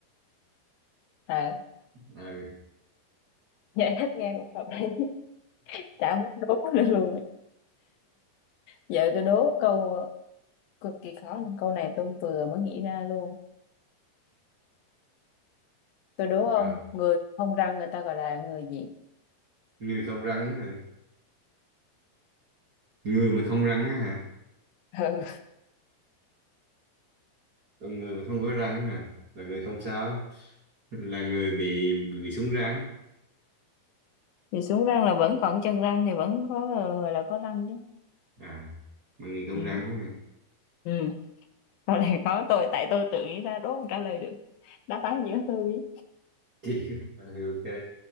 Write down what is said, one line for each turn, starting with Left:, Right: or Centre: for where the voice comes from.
Left: à <laughs>
Right: à,
Left: giải thích nghe cũng hợp lý <laughs> chả muốn đố nữa luôn giờ tôi đố câu cực kỳ khó nè. câu này tôi vừa mới nghĩ ra luôn tôi đố không
Right: rồi
Left: người không răng người ta gọi là người gì
Right: người không răng á hả người mà không răng á hả
Left: <laughs> ừ.
Right: còn người mà không có răng á hả là người không sao là người bị bị, bị súng răng
Left: thì xuống răng là vẫn còn chân răng thì vẫn có ờ, gọi là có răng chứ
Right: à mà người không
Left: ừ
Right: răng á hả?
Left: ừ câu này khó tôi tại tôi tự nghĩ ra đố không trả lời được đáp án gì đó tôi biết
Right: chị <laughs> ừ, ok